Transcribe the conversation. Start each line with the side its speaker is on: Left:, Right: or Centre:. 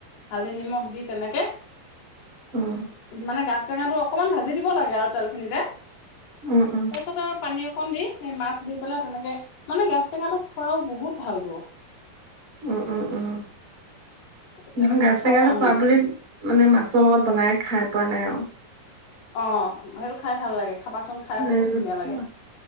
Left: হালধি নিমখ দি তেনেকে
Right: উম
Left: মানে গাাজ টেঙাটো অকণমান ভাজি দিব লাগে আৰু তেলখিনিতে।
Right: উম উম উম
Left: তাৰপিছত আৰু, পানী অকণ দি সেই মাছ দি পেলাই তেনেকে মানে, গাজ টেঙাটো খোৱাও বহুত ভাল টো।
Right: উ, উ, উম,
Left: তেনেকে
Right: নহয় গাজ
Left: খাও
Right: টেঙাটো
Left: আমি
Right: খোৱা বুলি মানে মাছৰ লগত বনাই খাই পোৱা নাই আৰু।
Left: অ', সেইটো খাই ভাল লাগে খাবাচোন। খাই
Right: <unintelligible>
Left: বহুত ধুনীয়া লাগে